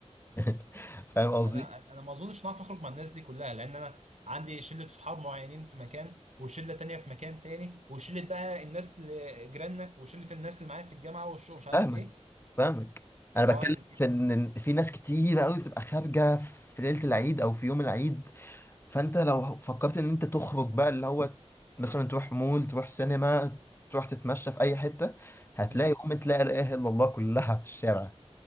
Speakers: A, on the left; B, on the right.
A: <laughs> فاهم قصدي
B: انا انا ما اظنش ان اعرف اخرج مع الناس دي كلها لان انا عندي شلة صحاب معينين في مكان وشلة تانية في مكان تاني وشلة بقى الناس اللي جيراننا وشلة الناس اللي معايا في الجامعة والشغل مش عارف
A: فاهمك
B: ايه
A: فاهمك انا
B: فهو
A: بتكلم في ان في ناس كتير قوي بتبقى خارجه في ليله العيد او في يوم العيد فانت لو فكرت ان انت تخرج بقى اللي هو مثلا تروح مول تروح سينما تروح تتمشى في اي حته هتلاقي
B: امم
A: ام تلاقي لا اله الا الله كلها في الشارع